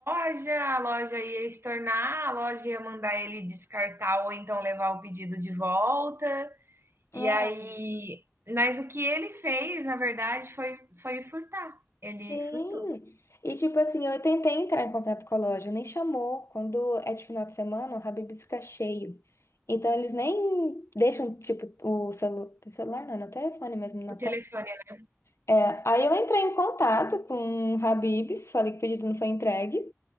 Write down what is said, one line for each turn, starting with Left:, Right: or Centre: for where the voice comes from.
Right: loja, a loja ia estornar, a loja ia mandar ele descartar ou então levar o pedido de volta. E
Left: É,
Right: aí mas o que ele fez, na verdade, foi foi furtar. Ele
Left: sim.
Right: furtou
Left: E tipo assim, eu tentei entrar em contato com a loja, nem chamou. Quando é de final de semana, o Habib's fica cheio. Então eles nem deixam, tipo, o celu- celular, não, no telefone mesmo, na
Right: o telefone, né.
Left: É, aí eu entrei em contato com o Habib's, falei que o pedido não foi entregue,